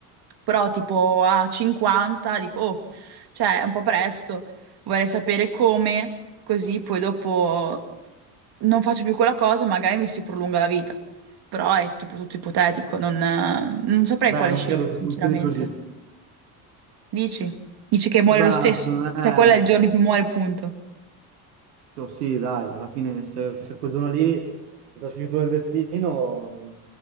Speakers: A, on the right (about 55°); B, on the right (about 85°).
A: Però tipo a 50 dico, oh, cioè è un po' presto, vorrei sapere come, così poi dopo non faccio più quella cosa, magari mi si prolunga la vita. Però è tipo tutto ipotetico, non, non saprei
B: Beh,
A: quale
B: non
A: scegliere
B: credo che
A: sinceramente.
B: funzioni così.
A: Dici? Dici che muore
B: Beh,
A: lo stesso?
B: secondo me,
A: Cioè quello è il giorno in cui muore, punto.
B: cioè, sì, dai, alla fine se, se quel giorno lì è già scritto nel destino,